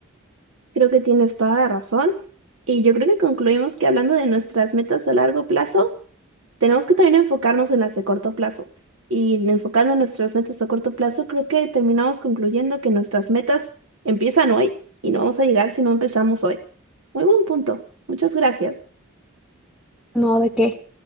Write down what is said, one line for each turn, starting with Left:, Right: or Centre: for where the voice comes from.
Right: Creo que tienes toda la razón. Y yo creo que concluimos que hablando de nuestras metas a largo plazo, tenemos que también enfocarnos en las de corto plazo. Y enfocando en nuestras metas a corto plazo, creo que terminamos concluyendo que nuestras metas empiezan hoy y no vamos a llegar si no empezamos hoy. Muy buen punto. Muchas gracias.
Centre: No, ¿de qué?